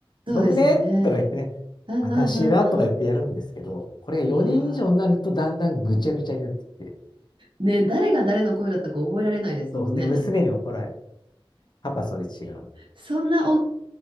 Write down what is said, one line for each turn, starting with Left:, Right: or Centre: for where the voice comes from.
Right: そうですよね。
Left: 僕ねとか言ってね、
Right: うんうんうんう
Left: 私はとか言ってやるんですけど、これが4人以上になるとだんだんぐちゃぐちゃになってきて、
Right: ん。わあ。ね、誰が誰の声だったか覚えられないですもんね。
Left: そう、で、娘に怒られる。パパ、それ違う。
Right: そんなお、